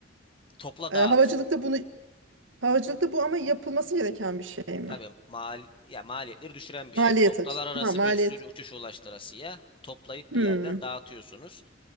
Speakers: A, on the left; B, on the right.
A: Topla
B: Ee,
A: dağıt.
B: havacılıkta bunu havacılıkta bu ama yapılması gereken bir şey mi?
A: Tabii mal ya maliyetleri düşüren bir
B: Maliyet
A: şey. Noktalar
B: açısı.
A: arası
B: Ha maliyet.
A: bir sürü uçuş ulaştırasıya toplayıp
B: Hmm.
A: bir yerden dağıtıyorsunuz.